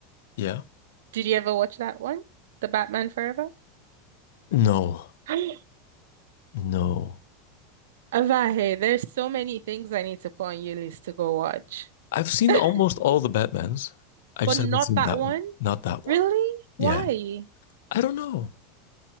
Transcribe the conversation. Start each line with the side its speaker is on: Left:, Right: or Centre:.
Left: Yeah.
Right: Did you ever watch that one? The Batman Forever?
Left: No,
Right: <gasps> Avahe,
Left: no.
Right: there's so many things I need to put on your list to go watch. <laughs>
Left: I've seen almost all the Batmans. I
Right: but
Left: just
Right: not
Left: haven't seen
Right: that
Left: that
Right: one.
Left: one. Not that one.
Right: Really? Why?
Left: Yeah. I don't know.